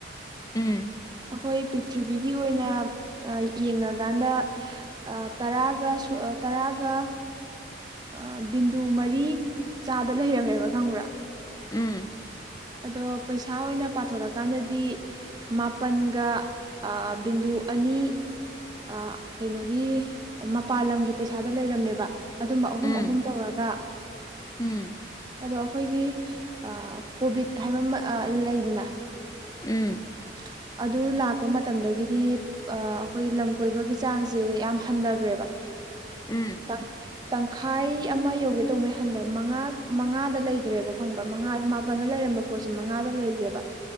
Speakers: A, on the left; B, on the right.
A: ꯎꯝ
B: ꯑꯈꯣꯏ ꯄꯤꯊ꯭ꯔꯤꯕꯤꯒꯤ ꯑꯣꯏꯅ ꯑ ꯌꯦꯡꯅꯀꯥꯟꯗ ꯑꯥ ꯇꯔꯥꯒ ꯁꯣꯑꯥ ꯇꯔꯥꯒ ꯑ ꯕꯤꯟꯗꯨ ꯃꯔꯤ ꯆꯥꯗ ꯂꯩꯔꯝꯃꯦꯕ ꯈꯪꯕ꯭ꯔꯥ
A: ꯎꯝ
B: ꯑꯗꯣ ꯄꯩꯁꯥ ꯑꯣꯏꯅ ꯄꯥꯊꯣꯔꯛꯀꯥꯟꯗꯗꯤ ꯃꯥꯄꯜꯒ ꯑ ꯕꯤꯟꯗꯨ ꯑꯅꯤ ꯑ ꯀꯩꯅꯣꯒꯤ ꯃꯄꯥꯜ ꯂꯝꯒꯤ ꯄꯩꯁꯥꯗ ꯂꯩꯔꯝꯃꯦꯕ ꯑꯗꯨꯝꯕ ꯑꯍꯨꯝ
A: ꯎꯝ
B: ꯑꯍꯨꯝ ꯇꯧꯔ ꯀ <inaudible>
A: ꯎꯝ꯫
B: ꯑꯗꯣ ꯑꯈꯣꯏꯒꯤ ꯑ ꯀꯣꯚꯤꯠ ꯍꯥꯏꯕꯃ ꯑ ꯂꯩꯗꯅ
A: ꯎꯝ
B: <inaudible> ꯑꯗꯨ ꯂꯥꯛꯄ ꯃꯇꯝꯗꯒꯤꯗꯤ ꯑ ꯑꯈꯣꯏ ꯂꯝ ꯀꯣꯏꯕꯒꯤ ꯆꯥꯡꯁꯦ ꯌꯥꯝ ꯍꯟꯗꯒ꯭ꯔꯦꯕ꯫
A: ꯎꯝ ꯎꯝ
B: ꯇꯪ ꯇꯪꯈꯥꯏ ꯑꯃ ꯌꯧꯒꯦ ꯇꯣꯡꯅꯦ ꯍꯟꯗꯛ ꯃꯉꯥ ꯃꯉꯥꯗ ꯂꯩꯈ꯭ꯔꯦꯕ ꯈꯪꯕ꯭ꯔꯥ ꯃꯉꯥ ꯃꯥꯄꯜꯗ ꯂꯩꯔꯝꯕ ꯄꯣꯠꯁꯤ ꯃꯉꯥꯗ ꯂꯩꯈ꯭ꯔꯦꯕ